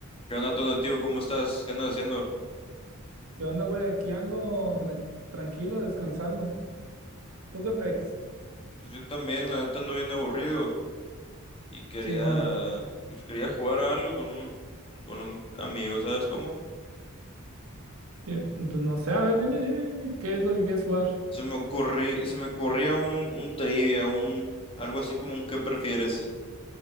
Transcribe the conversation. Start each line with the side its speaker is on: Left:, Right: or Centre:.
Left: ¿Qué onda, Tonativo? ¿Cómo estás? ¿Qué andas haciendo?
Right: Qué onda güey? Aquí ando tran- tranquilo, descansando. ¿Tú qué pex?
Left: Pues yo también, la neta ando bien aburrido y quería,
Right: Simón.
Left: pues quería jugar a algo con un, con un amigo, ¿sabes cómo?
Right: Sí, Pues no sé, a ver, dime, dime, dime, ¿qué es lo que quieres jugar?
Left: Se me ocurrí, se me ocurría un, un trivia, un, algo así como un ¿qué prefieres?